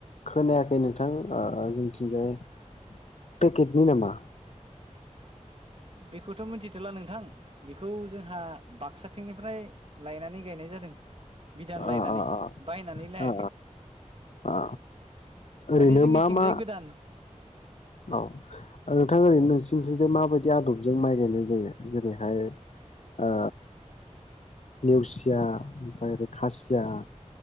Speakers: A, on the left; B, on the right.
A: खोनायाखै नोंथां ओह जोंनिथिंजाय पेकेटनि नामा?
B: बेखौथ' मिथिथ'ला नोंथां बेखौ जोंहा बाकसाथिंनिफ्राय लायनानै गायनाय जादों बिदान
A: अ
B: लायनानै
A: अ अ
B: बायनानै लायाखै
A: अ अ ओरैनो
B: माने जोंनिथिंजाय
A: मा मा
B: गोदान
A: औ नोंथां ओरैनो नोंसिनिथिंजाय माबायदि आदबजों माइ गायनाय जायो जेरैहाय ओ नेवसिआ ओमफाय बे खासिया